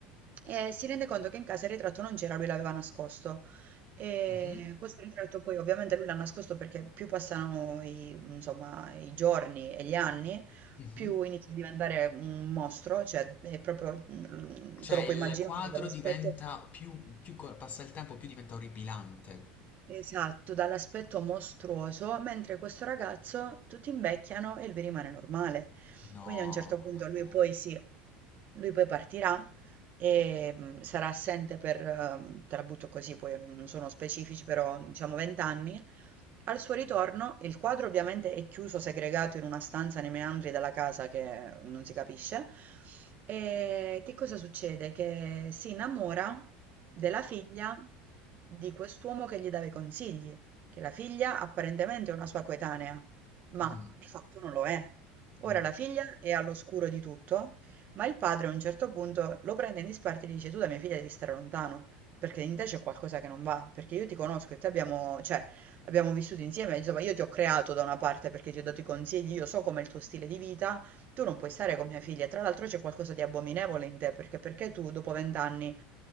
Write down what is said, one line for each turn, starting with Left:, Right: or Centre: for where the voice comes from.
Right: e si rende conto che in casa il ritratto non c'era, lui l'aveva nascosto. E
Left: mh-mh,
Right: questo ritratto poi ovviamente lui l'ha nascosto perché più passano i, insomma, i giorni e gli anni,
Left: mh-mh.
Right: più inizia a diventare un mostro, cioè è proprio, mm,
Left: Cioè
Right: te lo
Left: il
Right: puoi immaginare
Left: quadro
Right: dall'aspetto.
Left: diventa più più co passa il tempo più diventa orripilante.
Right: Esatto, dall'aspetto mostruoso, mentre questo ragazzo tutti invecchiano e lui rimane normale.
Left: No,
Right: Quindi a un certo punto
Left: vabbè.
Right: lui poi sì, lui poi partirà e mh, sarà assente per, eh, te la butto così, poi non non sono specifici, però diciamo 20 anni al suo ritorno, il quadro ovviamente è chiuso, segregato in una stanza nei meandri della casa che non si capisce. E che cosa succede? Che si innamora della figlia di quest'uomo che gli dava i consigli, che la figlia apparentemente è una sua coetanea, ma
Left: Mh.
Right: di fatto non lo è. Ora
Left: Oh no.
Right: la figlia è all'oscuro di tutto, ma il padre a un certo punto lo prende in disparte e gli dice: Tu da mia figlia devi stare lontano, perché in te c'è qualcosa che non va, perché io ti conosco e te abbiamo, cioè, abbiamo vissuto insieme, insomma, io ti ho creato da una parte perché ti ho dato i consigli, io so com'è il tuo stile di vita, tu non puoi stare con mia figlia. Tra l'altro c'è qualcosa di abominevole in te, perché, perché tu dopo vent'anni